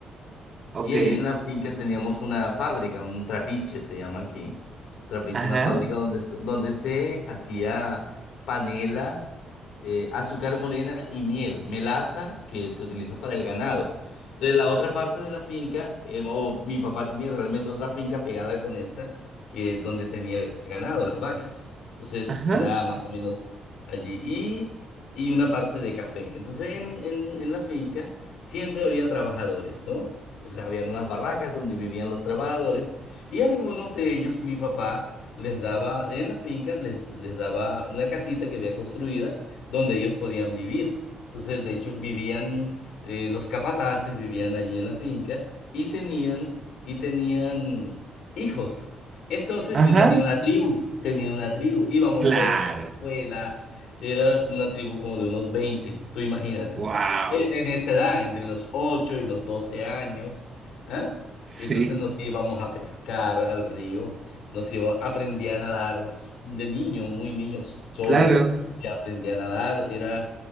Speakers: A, on the right; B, on the left.
A: ok.
B: Y ahí en la finca teníamos una fábrica, un trapiche se llama aquí. Trapiche,
A: Ajá,
B: una fábrica donde, se- donde se hacía panela, eh, azúcar morena y miel, melaza que se utiliza para el ganado. Entonces la otra parte de la finca, eh, o mi papá tenía realmente otra finca pegada con esta, que donde tenía el ganado, las vacas. Entonces
A: ajá,
B: era más o menos allí. Y, y una parte de café. Entonces en, en en la finca siempre había trabajadores, ¿no? Entonces habían unas barracas donde vivían los trabajadores y algunos de ellos, mi papá, les daba, en la finca, les, les daba una casita que había construida donde ellos podían vivir. Entonces, de hecho, vivían, eh, los capataces vivían allí en la finca y tenían, y tenían hijos. Entonces
A: ajá.
B: yo tenía una tribu, tenía una tribu, íbamos
A: Claro.
B: todos a la escuela, era una tribu como de unos 20. tú imagínate
A: Wow.
B: e- en esa edad, entre los 8 y los 12 años, ¿ah?
A: Sí,
B: Entonces nos íbamos a pescar al río, nos iba, aprendí a nadar s- de niño, muy niño solo,
A: claro.
B: y aprendí a nadar, era,